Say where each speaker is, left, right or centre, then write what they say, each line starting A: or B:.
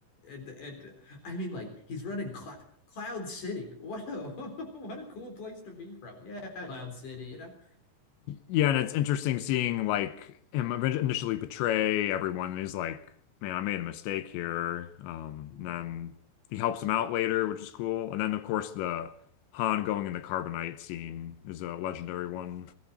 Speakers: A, on the left (about 45°); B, on the left (about 75°).
A: and and I mean like he's running Clou Cloud City. What a <laughs> what a cool place to be from. Yeah, Cloud City, you know.
B: Yeah, and it's interesting seeing like him initially betray everyone, and he's like, "Man, I made a mistake here." Um,
A: Mm.
B: and then he helps him out later, which is cool. And then, of course, the Han going in the carbonite scene is a legendary one.